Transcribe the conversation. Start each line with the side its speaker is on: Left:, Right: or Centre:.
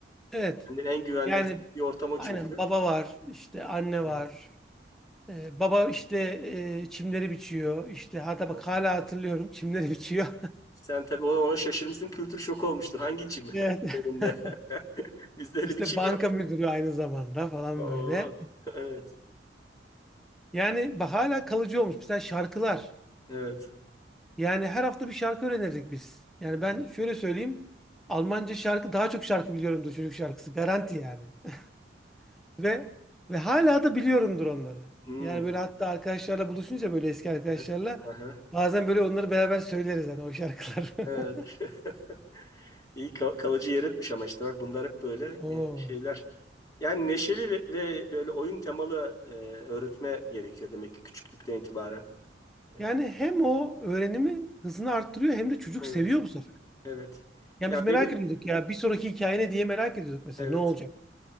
Centre: Evet.
Left: Kendini en güvende
Centre: Yani
Left: hissettiği ortam o
Centre: aynen
Left: çünkü.
Centre: baba var. işte anne
Left: Evet.
Centre: var. E, baba işte e, çimleri biçiyor. İşte hatta bak
Left: Doğru.
Centre: hala hatırlıyorum. Çimleri biçiyor.
Left: Sen tabii ona ona şaşırmışsın kültür şoku olmuştur. Hangi çim?
Centre: <laughs>
Left: <laughs> Önünde.
Centre: Evet.
Left: <laughs> Bizde öyle
Centre: İşte
Left: bir çim
Centre: banka
Left: yok.
Centre: müdürü aynı zamanda falan
Left: Oo.
Centre: böyle.
Left: Evet.
Centre: Yani ba- hala kalıcı olmuş. Mesela şarkılar.
Left: Evet.
Centre: Yani her hafta bir şarkı öğrenirdik biz. Yani
Left: Evet.
Centre: ben şöyle söyleyeyim. Almanca şarkı daha çok şarkı biliyorumdur çocuk şarkısı. Garanti yani. <laughs> Ve ve hala da biliyorumdur onları.
Left: Hmm,
Centre: Yani böyle hatta arkadaşlarla buluşunca böyle eski arkadaşlarla
Left: evet. Aha,
Centre: bazen böyle onları beraber söyleriz hani o şarkılar.
Left: evet.
Centre: <laughs>
Left: <laughs> İyi kal- kalıcı yer etmiş ama işte bak bunlar hep böyle
Centre: Oo.
Left: e, şeyler. Yani neşeli ve, ve böyle oyun temalı e, öğretme gerekiyor demek ki küçüklükten itibaren. E,
Centre: Yani hem o öğrenimi hızını arttırıyor hem de çocuk
Left: evet,
Centre: seviyor bu sefer.
Left: evet.
Centre: Yani
Left: Ya
Centre: biz merak
Left: benim
Centre: ediyorduk ya bir sonraki hikaye ne diye merak ediyorduk mesela
Left: evet.
Centre: ne olacak?